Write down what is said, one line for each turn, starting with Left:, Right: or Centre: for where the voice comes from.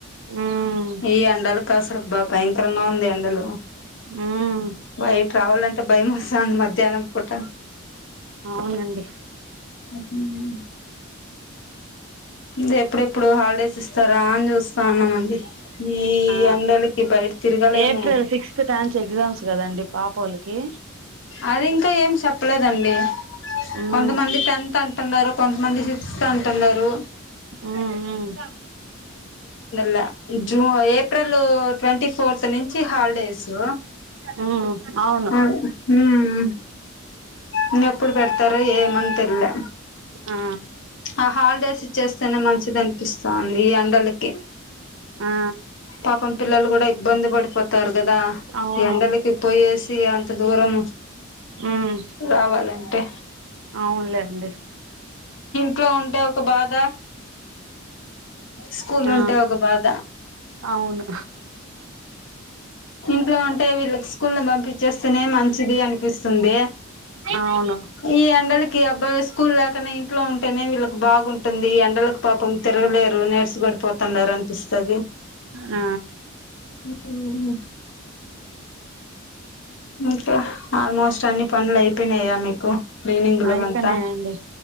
Right: ఉమ్
Left: ఈ ఎండలకా అసలు బా భయంకరంగా ఉంది ఎండలు,
Right: ఉమ్
Left: బయ రావాలంటే భయమేస్తాంది మధ్యాహ్నం పూట.
Right: అవునండి.
Left: ఉమ్ హూ గ ఎప్పుడెప్పుడు హాలిడేస్ ఇస్తారా అని చూస్ స్థానమండి, ఈ
Right: ఆ
Left: ఎండలకి బయట తిరగాలేము.
Right: ఏప్రిల్ సిక్స్త్ టాన్స్ ఎగ్జామ్స్ కదండి పాపోళ్ళకి
Left: అది ఇంకా ఏం చెప్పలేదండి.
Right: ఉమ్
Left: కొంతమంది టన్ టన్ టున్నారు కొంతమంది సిక్స్త్ అంటున్నారు.
Right: ఉమ్ ఉమ్
Left: లే ఇ జూ, ఏప్రిల్ ట్వంటీ ఫోర్త్ నుంచి హాలిడేసు.
Right: ఉమ్ అవును
Left: అ, ఉమ్ ఉమ్ ఇంగ ఎప్పుడు పెడతరో ఏమన్ తెల్లే.
Right: ఆ
Left: ఆ హాలిడేస్ ఇచ్చేస్తేనే మంచిదనిపిస్తాంది, అన్ వాలక్కి,
Right: ఆ
Left: పాపం పిల్లలు కూడా బంది పడిపోతారు. కదా,
Right: అవును
Left: ఎండలకి పోయేసి అంత దూరం
Right: ఉమ్
Left: రావాలంటే?
Right: అవునులేండి
Left: ట్లో ఉంటే ఒక బాధ స్కూల్
Right: ఆ
Left: ఉంటే ఒక బాధ
Right: అవును
Left: ఇంట్లో ఉంటే వీళ్ళకి స్కూల్ ను పంపించేస్తనే మంచిది అనిపిస్తుంది
Right: అవును
Left: ఈ ఎండలకి అబ్బాయి స్కూల్ లేక కనీ ఇంట్లోన్ నే వీళ్కి బాగుంట తుంది, ఎండలకు పాపం తిరగలేరు, నీరస పడి పోతున్నారు అనిపిస్తది.
Right: ఆ
Left: ఉమ్ హూ ఇంకా? ఆల్మోస్ట్ అన్ని పనులు అయిపోయినయా మీకు? క్లీనింగ్ లవంతా
Right: అయిపోయినాయండి,